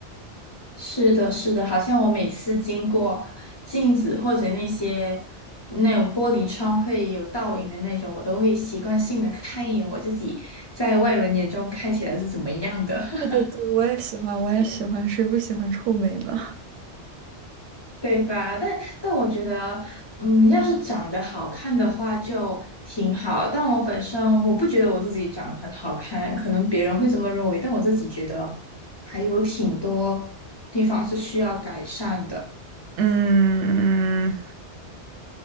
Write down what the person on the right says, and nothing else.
对对对，我也喜欢，我也喜欢，谁不喜欢臭美呢？
嗯，